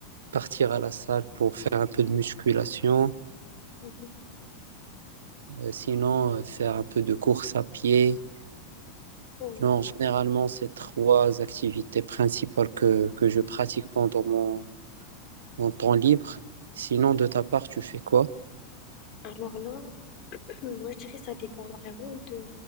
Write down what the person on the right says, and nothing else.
partir à la salle pour faire un peu de musculation.
Euh, sinon, euh, faire un peu de course à pied.
Non, généralement, c'est trois activités principales que, que je pratique pendant mon, mon temps libre. Sinon, de ta part, tu fais quoi?